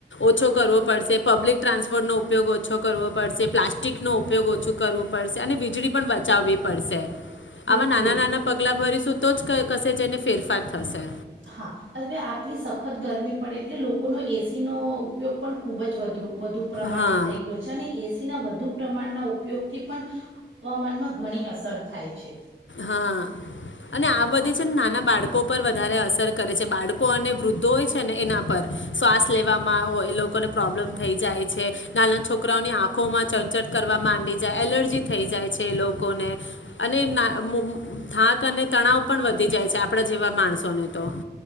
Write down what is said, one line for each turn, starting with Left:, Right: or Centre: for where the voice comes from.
Left: ઓછો કરવો પડશે, પબ્લિક ટ્રાન્સપોર્ટનો ઉપયોગ ઓછો કરવો પડશે, પ્લાસ્ટિકનો ઉપયોગ ઓછો કરવો પડશે અને વીજળી પણ વધ બચાવવી પડશે.
Right: બિલકુલ
Left: આવા નાના નાના પગલા ભરીશું. તો જ ક કશે જેને ફેરફાર થશે.
Right: હા. હવે આટલી સખત ગરમી પડે એટલે લોકોનો એસીનો ઉપયોગ પણ ખૂબ જ વધુ વધુ પ્રમાણમાં
Left: હા
Right: થઈ ગયો છે અને એસી ના વધુ પ્રમાણના ઉપયોગથી પણ હવામાનમાં ઘણી અસર થાય છે.
Left: હા.
Right: હ
Left: અને આ બધી છે નાના બાળકો પર વધારે અસર કરે છે. બાળકો અને વૃદ્ધો હોય છે ને એના પર. શ્વાસ લેવામાં એ લોકોને પ્રોબ્લેમ થઈ જાય છે, નાના છોકરાઓની આંખોમાં ચરચર કરવા માંડી જાય, એલર્જી થઈ જાય છે એ લોકોને. અને ના થાંક અને તણાવ પણ વધી જાય છે આપણા જેવા માણસોને તો